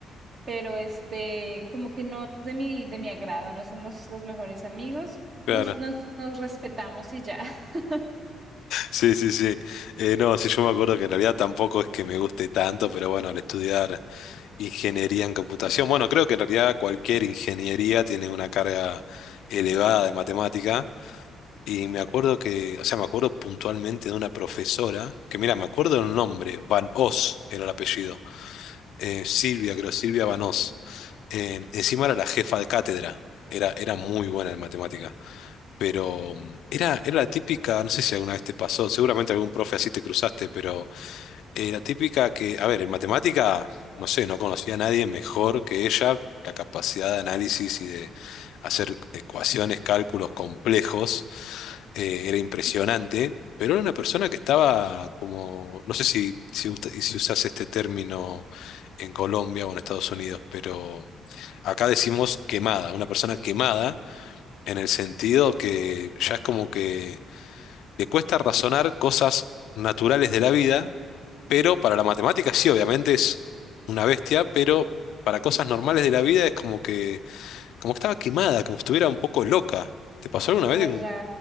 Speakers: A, on the right; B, on the left.
A: pero este, como que no es de mi, de mi agrado, no somos los mejores amigos,
B: claro.
A: nos, nos, nos respetamos y ya. <laughs>
B: Sí, sí, sí. Eh, no, sí, yo me acuerdo que en realidad tampoco es que me guste tanto, pero bueno, al estudiar. Ingeniería en computación. Bueno, creo que en realidad cualquier ingeniería tiene una carga elevada de matemática. Y me acuerdo que, o sea, me acuerdo puntualmente de una profesora, que mira, me acuerdo el nombre, Van Os era el apellido. eh, Silvia, creo, Silvia Van Os. Eh, encima era la jefa de cátedra. Era, era muy buena en matemática. Pero mm, era, era la típica, no sé si alguna vez te pasó, seguramente algún profe así te cruzaste, pero eh, la típica que, a ver, en matemática, no sé, no conocía a nadie mejor que ella, la capacidad de análisis y de hacer ecuaciones, cálculos complejos, eh, era impresionante, pero era una persona que estaba como, no sé si, si, usta- si usas este término en Colombia o en Estados Unidos, pero acá decimos quemada, una persona quemada en el sentido que ya es como que le cuesta razonar cosas naturales de la vida pero para la matemática sí, obviamente es una bestia, pero para cosas normales de la vida es como que, como que estaba quemada, como si estuviera un poco loca. ¿Te pasó alguna vez?
A: Raya,
B: Un-